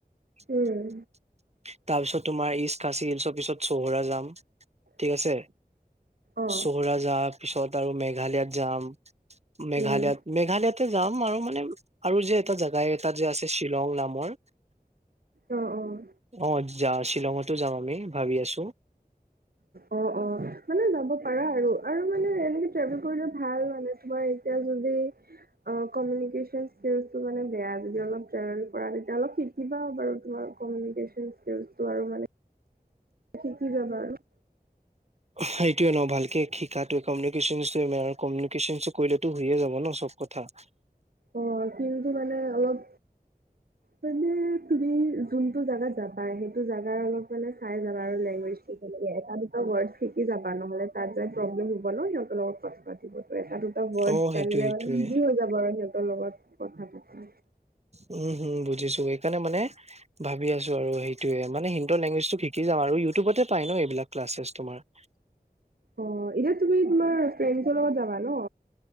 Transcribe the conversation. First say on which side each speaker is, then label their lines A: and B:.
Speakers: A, on the right; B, on the right.
A: <unintelligible>
B: উম
A: তাৰপিছত তোমাৰ ইষ্ট খাচী হিলছৰ পিছত চৌহৰা যাম ঠিক আছে।
B: অ
A: চোহৰা জাহা পিছত আৰু মেঘালিয়ত যাম। মেঘালয়ত।
B: উম
A: মেঘালয়তে যাম আৰু মানে আৰু যে এটা জোগাই এটা যে আছে শ্বিলং নাম। <unintelligible>
B: অহ', অহ'।
A: অ, যা শ্বিলঙতো যাম আমি ভাবি আছো।
B: অহ', অহ' মানে যাব। জানিব পাৰা আৰু। আৰু মানে মানে ট্ৰেভেল কৰিলে ভাল মানে। এ ট্ৰেভেল বিৰি <unintelligible> অহ,। কমিউনিকেচন স্কিলছটো মানে বেয়া যি অলপ ট্ৰেভেল কৰা, তেতিয়া অলপ শিকিবা বাৰু তোমাৰ কমিউনিকেচন <unintelligible> আৰু মানে। শিকি যাবা আৰু।
A: সেইটোৱেই ন ভালকে শিকোতো, কমিউনিকেশ্বনটোৱেই বেয়া, কমিউনিকেশ্বনটো কৰিলেটো। ঘূৰিয়ে যাব ন, চব কথা।
B: অহ' কিন্তু মানে অলপ। মানে তুমি যোনটো জাগাত জাবা সেইটো জাগাৰ অলপ মানে চাই যাব আৰু লেংগুৱেজটো কেনেকে তাত দুটা ভ্ৰইচ্ শিকি যাবা। নহ'লে তাত যায় প্ৰব্লেম হ'ব ন সিহঁতৰ লগত কথা পাতিবলে, এটা দুটা। ব্ৰৰদ্
A: অ সেইটোয়ে
B: জানিলে
A: সেইটোয়ে
B: মানে ইজি হৈ যাব। আৰু সিহঁতৰ লগত কথা পাতিব।
A: উম', হম, বুজিছো সেইকাৰণে মানে, ভাবি আছো আৰু সেইটোৱে। মানে হিন্দুৰ লেংগুৱেজ টো শিকি যাাম আৰু। ইউটিউবতে পাই ন এইবিলাক ক্লাছেছ তোমাৰ।
B: অ' এতিয়া তুমি, তোমাৰ ফ্ৰেণ্ডছৰ লগত যাবা ন।